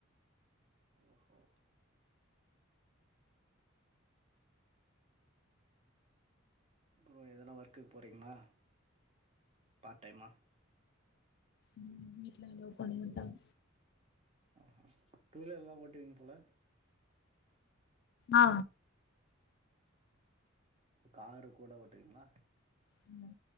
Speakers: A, on the right (about 30°); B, on the left (about 55°).
A: ஓஹோ அப்புறோ எதனா ஒர்க்குக்கு போறீங்களா பார் டைமா
B: ஆமா வீட்ல லவ் அளோ பண்ண மாட்டாங்க
A: ஆஹகடூ வீலர் எல்லா ஓட்டுவீங்க போல
B: ஆ
A: காரு கூட ஓட்டுவிங்களா
B: ஆமா